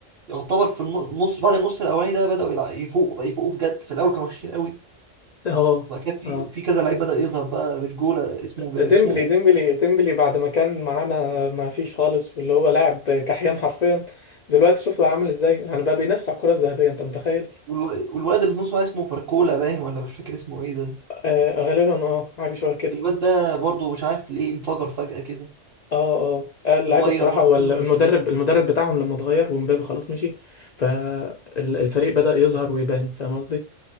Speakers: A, on the right; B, on the left.
A: يعتبر في النص بعد النص الاولاني ده بداوا يلع- يفوقوا يفوقوا بجد في الاول كانوا وحشين قوي
B: اه
A: وبعد كده في
B: اه
A: في كذا لعيب بدا يظهر بقى بالجوله اسمه بي-
B: ديمبلي
A: اسمه ايه
B: ديمبلي ديمبلي بعد ما كان معانا ما فيش خالص واللي هو لاعب كحيان حرفيا دلوقتي شوف بقى عامل ازاي يعني بقى بينافس على الكرة الذهبية انت متخيل
A: والو- والولد اللي في نص بقى اسمه باركولا باين ولا مش فاكر اسمه ايه ده
B: آه غالبا اه حاجة شبه كده
A: الواد ده برضه مش عارف ليه انفجر فجأة كده
B: اه اه آه، اللعيبة
A: صغير
B: الصراحة
A: برضه
B: هو ال-
A: سنه
B: المدرب
A: مش كبير
B: المدرب بتاعهم لما اتغير ومبابي خلاص مشي فالفريق بدأ يظهر ويبان فاهم قصدي